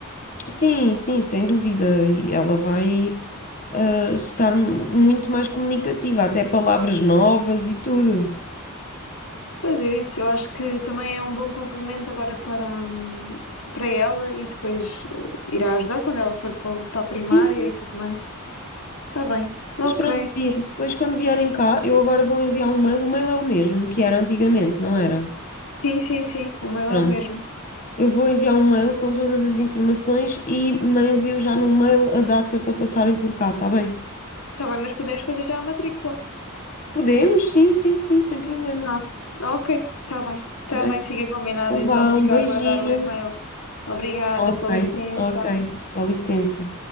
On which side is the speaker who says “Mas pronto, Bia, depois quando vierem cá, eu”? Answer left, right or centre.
Left